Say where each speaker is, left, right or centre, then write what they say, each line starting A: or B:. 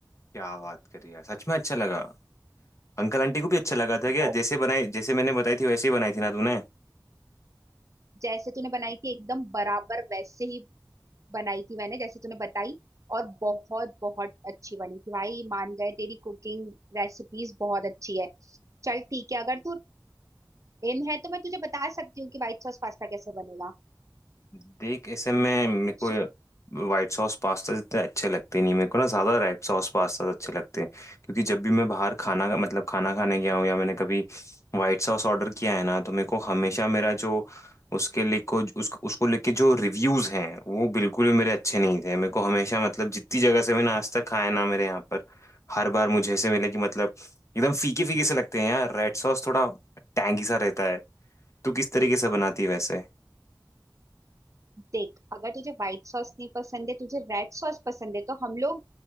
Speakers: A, on the left; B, on the right.
A: क्या बात करी यार सच में अच्छा लगा अंकल आंटी को भी अच्छा लगा था क्या
B: वो
A: जैसे बनाई जैसे मैंने बताई थी वैसे ही बनाई थी ना तूने
B: जैसे तूने बनाई थी एकदम बराबर वैसे ही बनाई थी मैंने जैसे तूने बताई और बहुत बहुत अच्छी बनी थी भाई मान गए तेरी कुकिंग रेसिपीज बहुत अच्छी है चल ठीक है अगर तू इन है तो मैं तुझे बता सकती हूँ कि व्हाइट सॉस पास्ता कैसे बनेगा
A: देख ऐसे में मेरे को
B: सु-
A: वाइट सॉस पास्ता इतने अच्छे लगते नहीं मेरे को ना ज़्यादा रेड सॉस पास्ता अच्छे लगते हैं क्योंकि जब भी मैं बाहर खाना का मतलब खाना खाने गया हूँ या मैंने कभी वाइट सॉस ऑर्डर किया है ना तो मेरे को हमेशा मेरा जो उसके लिए को उसको उसको लेके जो रिव्यूज़ हैं वो बिल्कुल भी मेरे अच्छे नहीं थे मेरे को हमेशा मतलब जितनी जगह से मैंने आज तक खाया ना मेरे यहाँ पर हर बार मुझे ऐसे मिले कि मतलब एकदम फीके फीके से लगते हैं यार रेड सॉस थोड़ा टैंगी सा रहता है तू किस तरीके से बनाती है वैसे
B: देख अगर तुझे व्हाइट सॉस नहीं पसंद है तुझे रेड सॉस पसंद है तो हम लोग